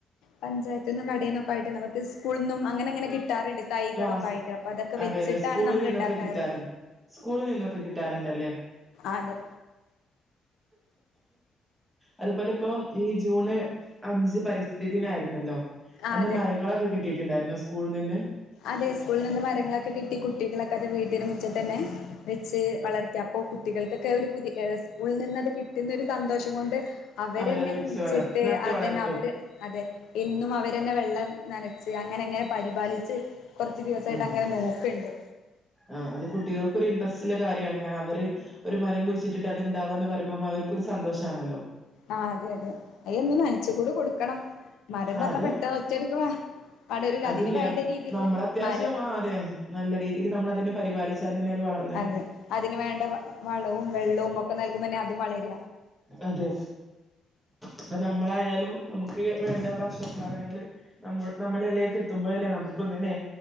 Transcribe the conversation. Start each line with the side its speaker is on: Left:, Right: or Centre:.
Left: പഞ്ചത്തുന്നും കടയിന്നൊക്കെയിട്ട് നക്ക് സ്കൂളിൽന്നും അങ്ങനെ അങ്ങനെ കിട്ടാറുണ്ട് തൈകളൊക്കെ
Centre: ആഹ് സ്
Left: ആയിട്ട് അപ്പൊ അതൊക്കെ
Centre: അതെ
Left: വെച്ചിട്ടാണ്
Centre: അതെ സ്കൂളിൽ
Left: നമ്മൾ
Centre: നിന്നൊക്കെ
Left: ഉണ്ടാക്കാറ്.
Centre: കിട്ടാറുണ്ട്. സ്കൂളിൽ നിന്നൊക്കെ കിട്ടാറുണ്ടല്ലേ,.
Left: അതെ
Centre: അതുപോലെ ഇപ്പം ഈ ജൂണ് അഞ്ച് പരിസ്ഥിതി ദിന ആരുന്നല്ലോ?
Left: ആഹ്
Centre: അന്ന്
Left: അതെ
Centre: മരങ്ങളൊക്കെ കിട്ടിയിട്ടുണ്ടായിരുന്നോ സ്കൂളിനിന്ന്.
Left: അതേ സ്കൂളിൽ നിന്ന് മരങ്ങളൊക്കെ കിട്ടി കുട്ടികളൊക്കെ, ത് വീട്ടന് മുച്ചത്തന്നെ വെച്ച് വളർത്തി അപ്പോൊ കുട്ടികൾക്കൊക്കെ ഒരു പുതിയ സ്കൂളിൽ നിന്നത് കിട്ടുന്ന ഒരു സന്തോഷം കൊണ്ട്. അവരെന്നെ
Centre: അവരത് വെച്ച്
Left: കുഴിച്ചിട്ട്
Centre: വളർ നട്ട്
Left: അതെന്നാ
Centre: വളർത്തും
Left: അവര് അതെ എന്നും അവരെന്നെ വെള്ളം നനച്ച് അങ്ങനെ അങ്ങനെ പരിപാലിച്ച് കുറച്ച് ദിവസമായിട്ട്
Centre: കൊണ്ടു
Left: അങ്ങനെ നോക്കണ്ട്.
Centre: ആഹ് അത് കുട്ടികൾക്കൊ ഒരു ഇൻടറസ്റ്റ്ള്ള കാര്യമാണ് കാരണം അവര് ഒരു മരം കുഴിച്ചിട്ടിട്ട് അത്ണ്ടാവാന്ന് പറയുമ്പം അവർക്കൊരു സന്തോഷമാണല്ലോ.
Left: ആ അതെ അതെ അയൊന്നും നനച്ച് കൂടി കൊടുക്കണം മരംന്ന് പറഞ്ഞാ
Centre: അത്
Left: പെട്ടെന്ന് ഒറ്റയടിക്ക് വാ വളരൂല
Centre: അതില്ല
Left: അതിന് വേണ്ട രീതിയിലുള്ള
Centre: നമ്മൾ അത്യാവശ്യം
Left: മരം
Centre: ആ അതെ നല്ല രീതിയിൽ നമ്മൾ അതിനെ പരിപാലിച്ചാൽ തന്നെ അത് വളർ
Left: അതെ അതിന് വേണ്ട വ വളവും വെള്ളവും ഒക്കെ നൽകുമ്പോ തന്നെ അതും വളര
Centre: അതെ ഇപ്പൊ നമ്മളായാലും നമുക്ക് വേണ്ട ഭക്ഷണം സാധനങ്ങള് നമ്മ നമ്മളിലേക്ക് എത്തുമ്പോഴല്ലേ നമുക്കും തന്നെ